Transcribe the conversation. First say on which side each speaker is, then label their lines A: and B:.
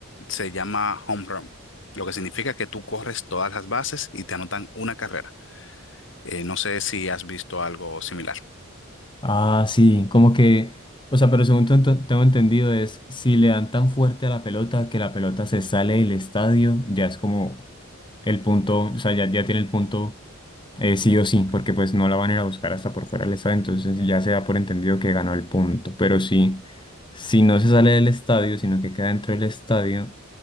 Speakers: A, on the left; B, on the left.
A: se llama home run, lo que significa que tú corres todas las bases y te anotan una carrera. Eh, no sé si has visto algo similar.
B: Ah, sí, como que, o sea, pero según ten- tengo entendido es si le dan tan fuerte a la pelota que la pelota se sale del estadio, ya es como el punto, o sea, ya, ya tiene el punto Eh, sí o sí, porque pues no la van a ir a buscar hasta por fuera del estadio, entonces ya se da por entendido que ganó el punto. Pero sí, si no se sale del estadio, sino que queda dentro del estadio,